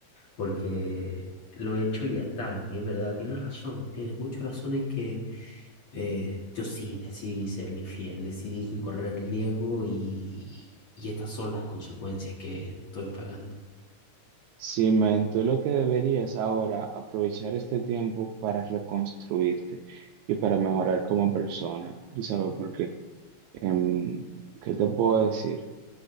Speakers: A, on the left; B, on the right.
A: porque lo he hecho y ya está, y es verdad, tienes razón, tienes mucha razón en que eh, yo sí decidí ser infiel, decidí correr el riesgo y, y estas son las consecuencias que estoy pagando.
B: Sí, men, tú lo que deberías ahora aprovechar este tiempo para reconstruirte y para mejorar como persona. ¿Tú sabes por qué? Em, ¿qué te puedo decir?